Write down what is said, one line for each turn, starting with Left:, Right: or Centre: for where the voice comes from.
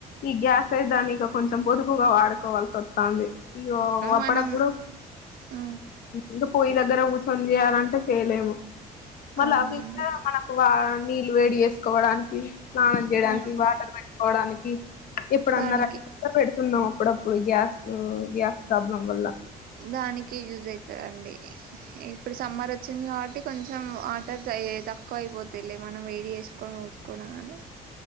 Left: ఈ గ్యాస్ అయితే దాన్ని ఇక కొంచెం పొదుపుగా వాడుకోవాల్సి వస్తది ఇయ్యో అప్పుడప్పుడు
Right: మనం ఆ
Left: ఇంకా పొయ్యి దగ్గర కు పనీచేయాలంటే చేయలేము మళ్ళ
Right: అవునండి
Left: అవికా మనకు వా నీళ్ళు వేడి చేసుకోవడానికి స్నానం చేయడానికి
Right: ఆ
Left: వాటర్ పెట్టుకోవడానికి ఇప్పుడున్న
Right: దానికి
Left: పె ఉన్నాం అప్పుడప్పుడు గ్యాస్ గ్యాస్ ప్రాబ్లం వల్ల
Right: దానికి యూజ అయితదండి ఇప్పుడు సమ్మర్ వచ్చింది కాబట్టి కొంచెం వాటర్ తక్కువ అయిపోతులే మనం వేడి చేసుకొని చూసుకోవడం కానీ